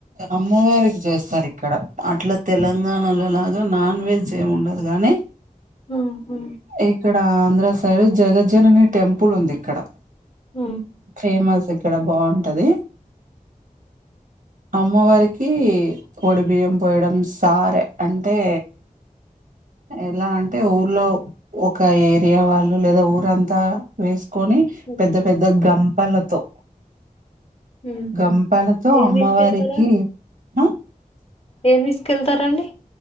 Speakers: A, on the right (about 75°); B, on the left (about 40°).
A: అమ్మగారికి చేస్తారు ఇక్కడ అట్లా తెలంగాణలో లాగా నాన్ వెజ్ ఏమి ఉండదు కానీ
B: ఊహూ
A: ఇక్కడ ఆంధ్ర సైడ్ జగజ్జనని టెంపుల్ ఉంది ఇక్కడ
B: ఊ
A: ఫేమస్ ఇక్కడ బాగుంటది అమ్మవారికి ఒడి బియ్యం పోయడం సారే అంటే ఎలా అంటే ఊర్లో ఒక ఏరియా వాళ్ళు లేదా ఊరంతా వేసుకొని
B: ఉహు
A: పెద్ద పెద్ద గంపలతో
B: ఉహు
A: గంపలతో
B: ఏం
A: అమ్మవారికి
B: తీసుకెళ్తారు ఆడ
A: ఆ
B: ఏం తీసుకెళ్తారండి